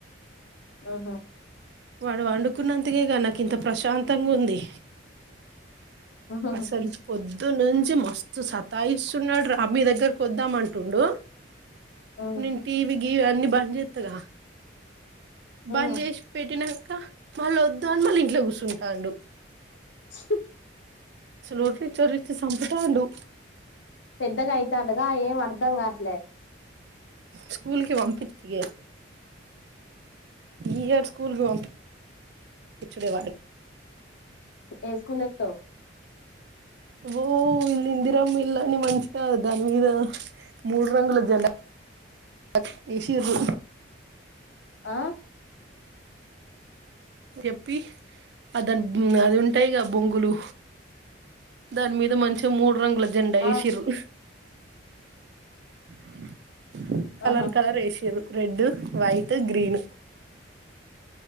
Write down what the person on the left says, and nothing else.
ఉహు
హ్మ్
మ్మ్
మ్మ్
<unintelligible>
పెద్దగా అయితండుగా ఏం అను అద్దాం కాట్లే
ఏ స్కూల్లేత్తావ్
ఆ
ఆ
ఆహా